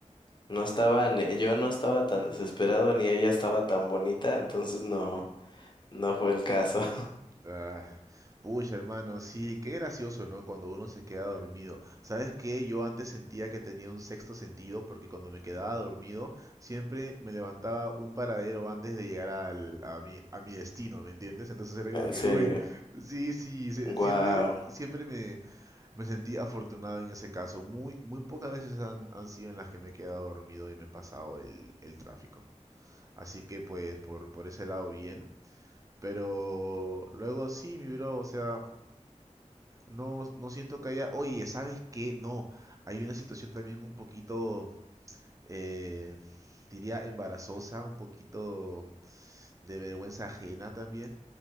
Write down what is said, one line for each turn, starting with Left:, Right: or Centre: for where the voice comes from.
Left: no estaba ni- yo no estaba tan desesperado ni ella estaba tan bonita, entonces no no fue el caso. <laughs>
Right: Ah, Pucha, hermano, sí, qué gracioso, ¿no? Cuando uno se queda dormido. ¿Sabes qué? Yo antes sentía que tenía un sexto sentido porque cuando me quedaba dormido siempre me levantaba un paradero antes de llegar al, a mi, a mi destino, ¿me entiendes? Entonces era como
Left: En
Right: que,
Left: serio.
Right: uy, sí, sí, se-
Left: Wow.
Right: siempre, siempre me, me sentí afortunado en ese caso. Muy, muy pocas veces han, han sido en las que me he quedado dormido y me he pasado el, el tráfico. Así que pues por, por ese lado bien. Pero luego sí, mi bro, o sea... No, no siento que haya. Oye, ¿sabes qué? No. Hay una situación también un poquito, eh, diría, embarazosa, un poquito de vergüenza ajena también.